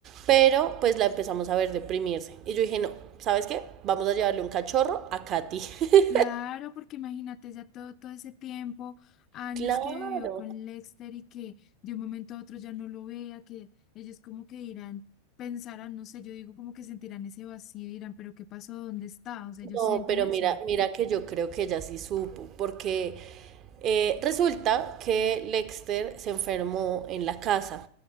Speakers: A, on the right (about 35°); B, on the left (about 35°).
A: pero pues la empezamos a ver deprimirse. Y yo dije, no, ¿sabes qué? Vamos a llevarle un cachorro a Katy. <laughs>
B: Claro, porque imagínate ya todo, todo ese tiempo, años
A: Claro.
B: que vivió con Lexter y que de un momento a otro ya no lo vea, que ellos como que dirán, pensarán, no sé, yo digo como que sentirán ese vacío y dirán, pero ¿qué pasó? ¿Dónde está? O sea, ellos
A: No,
B: sienten
A: pero
B: eso.
A: mira, mira que yo creo que ella sí supo, porque eh, resulta que Lexter se enfermó en la casa